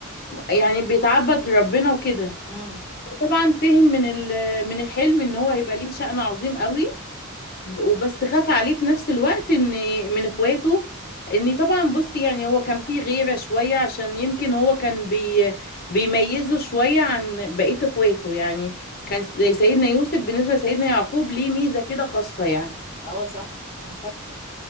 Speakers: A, on the left; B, on the left.
A: يعني بيتعبد لربنا وكده
B: امم
A: طبعا فهم من ال- من الحلم ان هو هيبقى ليه شأن عظيم قوي ب- وبس خاف عليه في نفس الوقت ان من اخواته ان طبعا بصي يعني هو كان فيه غيرة شوية عشان يمكن هو كان بي بيميزه شوية عن بقية اخواته يعني كان س- سيدنا يوسف بالنسبة لسيدنا يعقوب ليه ميزة كده خاصة يعني
B: اه صح انا فاكرة